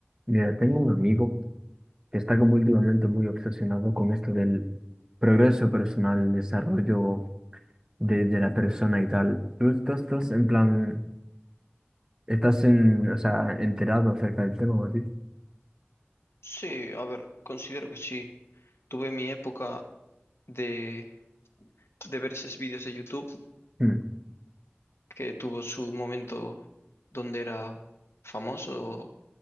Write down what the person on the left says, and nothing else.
Sí, a ver, considero que sí. Tuve mi época de, de ver esos vídeos de YouTube
que tuvo su momento donde era famoso,